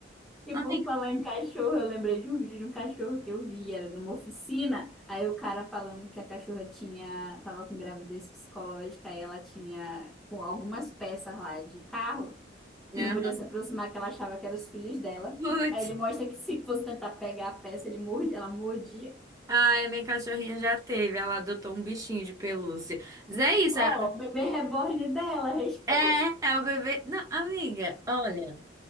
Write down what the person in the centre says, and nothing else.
E
por falar em cachorro, eu lembrei de um vídeo de um cachorro que eu vi, era numa oficina, aí o cara falando que a cachorra tinha, tava com gravidez psicológica, aí ela tinha com algumas peças lá de carro que
não podia se aproximar, que ela achava que eram os filhos dela.
Aí ele mostra que se fosse tentar pegar a peça, ele morde, ela mordia.
Ó,
o bebê reborn dela, <laughs> respeita.